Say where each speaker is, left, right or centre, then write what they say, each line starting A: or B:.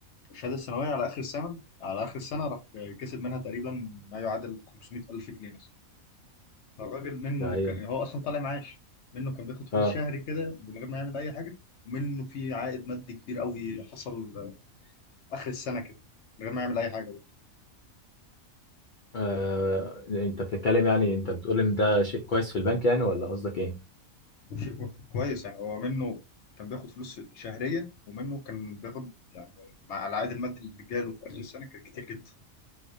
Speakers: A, on the left; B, on the left.
A: والشهاده السنويه على اخر السنه على اخر السنه راح كسب منها تقريبا ما يعادل 500000 جنيه مثلا. الراجل منه
B: ده ايه
A: كان هو اصلا طالع معاش منه كان بياخد فلوس
B: اه,
A: شهري كده من غير ما يعمل اي حاجه ومنه في عائد مادي كبير قوي حصل آه، اخر السنه كده من غير ما يعمل اي حاجه برضه
B: آه. انت بتتكلم يعني انت بتقول ان ده شيء كويس في البنك يعني ولا قصدك ايه
A: شيء برضه كويس يعني هو منه كان بياخد فلوس شهريا ومنه كان بياخد يعني مع العائد المادي اللي جاله في اخر السنه كان كتير جدا